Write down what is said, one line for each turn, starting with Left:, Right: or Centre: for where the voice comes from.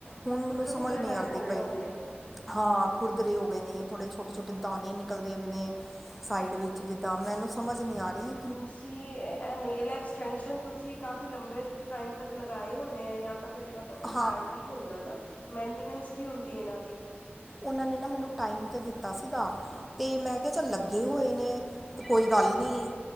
Centre: ਹੁਣ ਮੈਨੂੰ
Left: ਖੁਦਰੇ
Centre: ਸਮਝ
Left: ਖੁਦਰੇ
Centre: ਨੀ
Left: ਟਾਈਪ
Centre: ਆਂਦੀ
Left: ਹੋ ਗਏ
Centre: ਪਈ
Left: ਹੋਣੇ
Centre: ਹਾਂ ਖੁੁਰਦਰੇ <unintelligible> ਗੇ ਨੇ ਥੋੜੇ ਛੋਟੇ-ਛੋਟੇ ਦਾਣੇ ਨਿਕਲਦੇ ਵੇ ਨੇ ਸਾਈਡ ਵਿੱਚ ਜਿੱਦਾਂ ਮੈਨੂੰ ਸਮਝ ਨੀ ਆਰੀ
Left: ਤੁਸੀਂ ਐ ਨੇਲ ਐਕਸ ਟੈਂਸ਼ਨ ਤੁਸੀਂ ਕਾਫੀ ਲੰਬੇ ਟਾਈਮ ਤੱਕ ਲਗਾਏ ਹੁੰਨੇ ਆ ਯਾਂ ਤਾਂ ਫਿਰ ਇਨਾਂ ਦਾ ਕੋਈ
Centre: ਹਾਂ
Left: ਟਾਈਮ ਵੀ ਤੇ ਹੁੰਦਾ ਨਾ ਮੇਨਟੇਨੈਂਸ ਵੀ ਹੁੰਦੀ ਏਨਾਂ ਦੀ।
Centre: ਉਨਾਂ ਨੇ ਨਾ ਮੈਨੂੰ ਟਾਈਮ ਤੇ ਦਿੱਤਾ ਸੀਗਾ ਤੇ ਮੈਂ ਕਿਆ ਚੱਲ ਲੱਗੇ ਹੋਏ ਨੇ ਤੇ ਕੋਈ ਗੱਲ ਨੀ